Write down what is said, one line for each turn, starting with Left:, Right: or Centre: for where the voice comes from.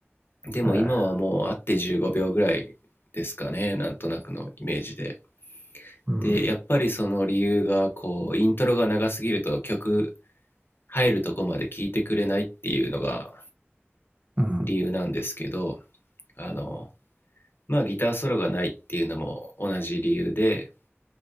Left: でも今はもう会って15秒ぐらいですかね、
Right: えー
Left: なんとなくのイメージで。
Right: うん、
Left: で、やっぱりその理由が、こう、イントロが長すぎると曲入るとこまで聴いてくれないっていうのが
Right: うん、
Left: 理由なんですけど、あの、まあギターソロがないっていうのも同じ理由で、